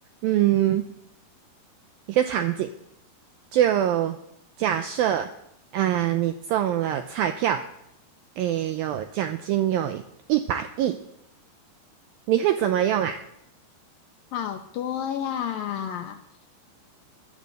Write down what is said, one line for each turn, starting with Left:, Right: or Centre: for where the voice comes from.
Right: 嗯，一个场景，就假设，呃，你中了彩票，诶，有奖金有一百亿，你会怎么用啊？
Left: 好多呀，